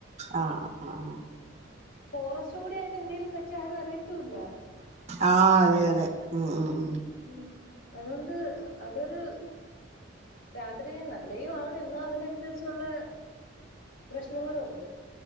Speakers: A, on the right; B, on the left.
A: ആഹ് ആഹ് ആഹ്
B: ഫോറസ്റ്റും കൂടി ആയോണ്ട് എന്തേലും പറ്റിയാൾ ആരും അറിയത്തൂല്ല
A: ആഹ അതെ അതെ ഉ ഉം ഉ
B: ഉ അതൊണ്ട് അതൊരു രാത്രി നല്ലയു ആണ് എന്നാ അതിനനുസരിച്ചുള്ള പ്രശ്നങ്ങളും ഉണ്ട്